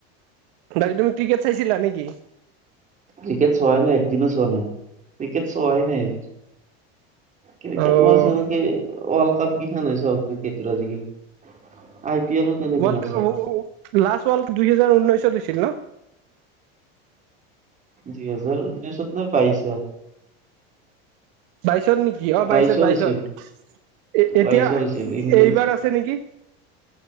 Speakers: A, on the right (about 65°); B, on the right (about 25°).
A: বাকী তুমি ক্ৰিকেট চাইছিলা নেকি?
B: ক্ৰিকেট চোৱাই নাই একদিনো চোৱা নাই ক্ৰিকেট চোৱায় নাই এই ক্ৰিকেট
A: অ'।
B: মই চাও কি ৱৰ্ল্ড কাপ কেইখনহে চাও ক্ৰিকেটৰ আজিকালি। আই পি এলো তেনেকে
A: ৱৰ্ল্ড
B: নাচাওঁ।
A: কাপ লাষ্ট ৱৰ্ল্ড কাপ দুইহেজাৰ ঊনৈছত হৈছিল ন।
B: দুই হেজাৰ ঊনৈছত নে বাইশত
A: বাইশত নেকি অ
B: বাইশৰ
A: বাইশত বাইশত
B: হৈছিল
A: এ এতিয়া
B: বাইশৰ হৈছিল ইণ্ডিয়া
A: এইবাৰ আছে। আছে নেকি